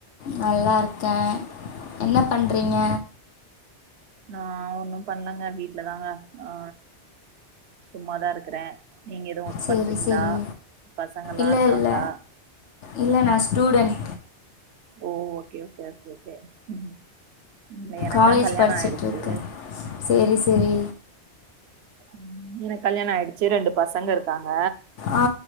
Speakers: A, on the left; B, on the right.
A: நல்லாருக்கே என்ன பண்றீங்க
B: நா ஒன்னு பண்லங்க வீட்ல தாங்க ஆ சும்மாதா இருக்கறே நீங்க எது ஒர்க்
A: சேரி
B: பண்றீங்ளா
A: சேரி
B: பசங்கெல்லா
A: இல்ல
B: இருக்காங்ளா
A: இல்ல இல்ல நா ஸ்டூடெண்ட்
B: ஓ ஓகே ஓகே ஓகே ஓகே ம் எனக்குலா
A: காலேஜ்
B: கல்யாணோ
A: படிச்சுட்ருக்கே
B: ஆய்டுச்சு
A: சேரி சேரி
B: ம் எனக் கல்யாண ஆய்டுச்சி ரெண்டு பசங்க இருக்காங்க
A: ஆ